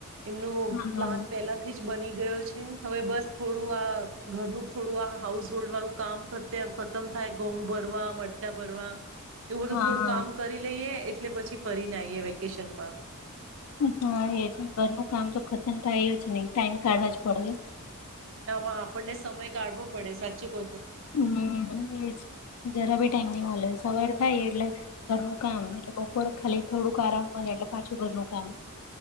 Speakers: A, on the right; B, on the left.
A: એમનું
B: હા
A: પ્લાન પેલાથી જ બની ગયો છે. હવે બસ થોડું આ ઘરનું થોડું આ હાઉસ હોલ્ડ વાળું કામ ખતે ખતમ થાય ઘઉં ભરવા મરચા ભરવા એવું બધું
B: હા
A: થોડું કામ કરી લઈએ એટલે પછી ફરીને આઈએ વેકેશનમાં.
B: હા એ છે. ઘરનું કામ તો ખતમ થાય જ નહીં, ટાઈમ કાઢવા જ પડવે.
A: આમાં આપણને સમય કાઢવો પડે, સાચું કહો છો તમે.
B: હમ્મ, એજ. જરા બી ટાઈમ નહીં મલે. સવાર થાય એટલે ઘરનું કામ, એટલે બપોરે ખાલી થોડુંક આરામ મલે, એટલે પાછું ઘરનું કામ.